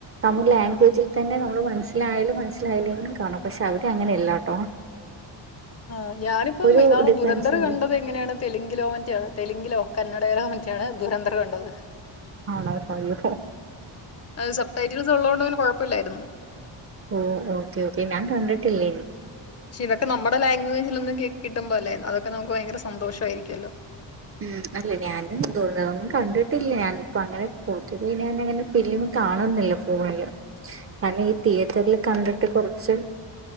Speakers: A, on the right (about 30°); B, on the left (about 35°).
A: തമിഴ് ലാംഗ്വേജിൽ തന്നെ നമ്മൾ മനസ്സിലായാലും. മനസ്സിലായല്ലെങ്കിലും കാണും. പക്ഷെ അവിടെ അങ്ങനെയല്ലാട്ടോ.
B: ആഹ്. ഞാനിപ്പം
A: ഒരു
B: ഇന്നാള്
A: ഡിഫറൻസ്
B: ദുരന്തർ
A: ഉണ്ട്
B: കണ്ടത്. ങ്ങനെയാണ് തെലുങ്കിലോ മറ്റെയാണ് തെലുങ്കിലോ കന്നഡയിലോ മറ്റെയാണ് ദുരന്തറ്കണ്ടത്.
A: ആണോ അയ്യോ
B: അഹ് സപ്ടൈറ്റൽസ് ഇള്ളോണ്ട് പിന്നെ കൊഴപ്പല്ലായിരുന്നു.
A: ഓ ഓക്കെ ഓക്കെ. ഞാൻ കണ്ടിട്ടില്ലേയ്നി.
B: പക്ഷെ ഇതൊക്കെ നമ്മടെ ലാംഗ്വേജിൽ ഒന്നും കിട്ടുമ്പെല്ലെ അതൊക്കെ നമുക്ക് ഭയങ്കര സന്തോഷ്വായിരിക്കൊല്ലോ.
A: ഉം. അല്ല ഞാനും തോന്ന്‌ന്നും കണ്ടിട്ടില്ല. ഇപ്പം അങ്ങനെ പോത്തിത് ഞാനങ്ങനെ ഫിലിമ്. കാണുന്നില്ല ഫോണില്. കാര്ണം ഈ തിയേറ്ററിൽ കണ്ടിട്ട് കൊറ്ച്ച്.